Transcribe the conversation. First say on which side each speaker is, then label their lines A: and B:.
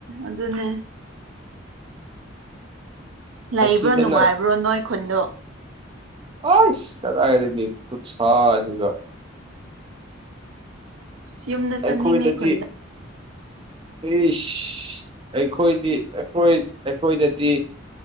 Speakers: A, on the right (about 80°); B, on the right (about 25°).
A: ꯑꯗꯨ ꯑꯗꯨꯅꯦ ꯂꯩꯕ꯭ꯔꯣ
B: ꯁꯤꯗꯅ
A: ꯅꯨꯡꯉꯥꯏꯕ꯭ꯔꯣ ꯅꯣꯏ ꯈꯨꯟꯗꯣ
B: ꯑ ꯏꯔ ꯈꯨ ꯁꯥꯥꯆꯒ
A: ꯑꯁ ꯌꯨꯝꯗ
B: ꯑꯩꯈꯣꯏꯗꯗꯤ
A: ꯆꯠꯅꯤꯡꯉꯦ ꯈꯨꯟꯗ
B: ꯏꯁ ꯑꯩꯈꯣꯏꯗꯤ ꯑꯩꯈꯣꯏ ꯑꯩꯈꯣꯏꯗꯗꯤ